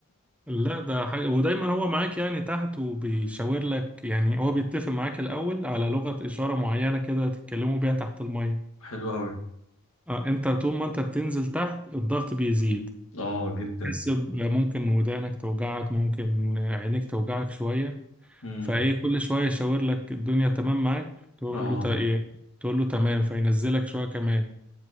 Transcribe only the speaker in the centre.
لا ده حاجه ودايما هو معاك يعني تحت وبيشاور لك يعني هو بيتفق معاك الاول على لغه اشاره معينه كده تتكلموا بيها تحت الميه
اه انت طول ما انت بتنزل تحت الضغط بيزيد
تحس ب- ممكن ودانك توجعك ممكن عينيك توجعك شويه
فايه كل شويه يشاور لك الدنيا تمام معاك تقول
له تا- إيه؟ تقول له تمام فينزلك شويه كمان